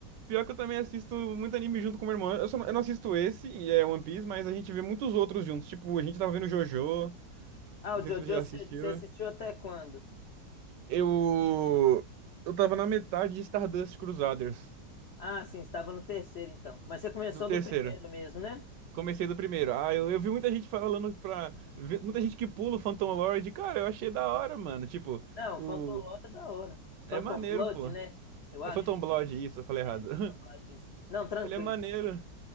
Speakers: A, on the right; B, on the left.
A: Pior que eu também assisto muito anime junto com meu irmão. Eu, só não, eu não assisto esse, e é One Piece, mas a gente vê muitos outros juntos. Tipo, a gente tava vendo JoJo.
B: Ah,
A: Não
B: o
A: sei
B: Jojo,
A: se você já
B: você
A: assistiu.
B: você assistiu até quando?
A: Eu. Eu tava na metade de Stardust Crusaders,
B: Ah, sim, estava no terceiro então. Mas você começou
A: do terceiro.
B: do primeiro mesmo, né?
A: Comecei do primeiro. Ah, eu, eu vi muita gente falando pra. vi- Muita gente que pula o Phantom Lord. Cara, eu achei da hora, mano. Tipo,
B: Não,
A: o.
B: o Phantom Lord é da hora. Phantom
A: É maneiro,
B: Blood,
A: pô.
B: né? Eu acho.
A: É Phantom
B: né?
A: Blood, isso, eu falei
B: É,
A: errado. <laughs>
B: Phantom Blood. isso. Não, tranquilo.
A: Ele é maneiro.